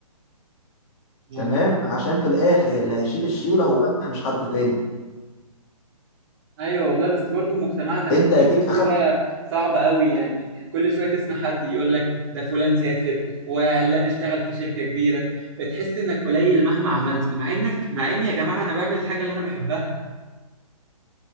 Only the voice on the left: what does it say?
تمام عشان في الاخر اللي هيشيل الشيله هو انت مش حد تاني
انت
اديك
اخدت